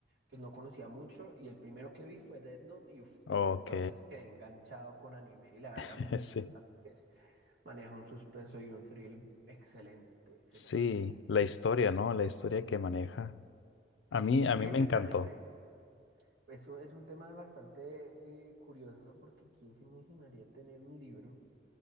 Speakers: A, on the right; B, on the left.
A: pues no conocía mucho y el primero que vi fue Death Note y uf,
B: ok,
A: desde entonces quedé enganchado con anime y la verdad
B: <laughs>
A: me <laughs> encanta
B: sí.
A: porque maneja un suspenso y un thrill excelente, se
B: Sí,
A: me hace.
B: la historia, ¿no? La historia que maneja. A mí,
A: Sí,
B: a mí
A: exactamente.
B: me encantó.
A: Eso es un tema bastante eh, curioso porque ¿quién se imaginaría tener un libro?